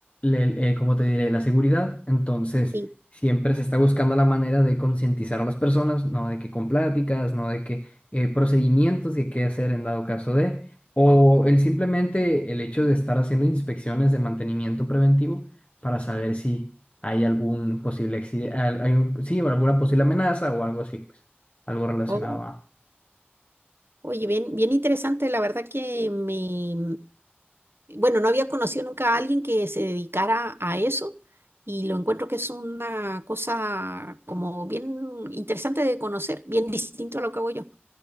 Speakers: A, on the left; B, on the right.
A: el, eh, ¿cómo te diré? La seguridad. Entonces,
B: Sí.
A: siempre se está buscando la manera de concientizar a las personas, no de que con pláticas, no de que eh, procedimientos de qué hacer en dado caso de, o el simplemente el hecho de estar haciendo inspecciones de mantenimiento preventivo para saber si hay algún posible accidente, hay un- sí, o alguna posible amenaza o algo así, pues, algo relacionado
B: Oh,
A: a...
B: oye, bien, bien interesante, la verdad que me, bueno, no había conocido nunca a alguien que se dedicara a eso y lo encuentro que es una cosa como bien interesante de conocer, bien distinto a lo que hago yo.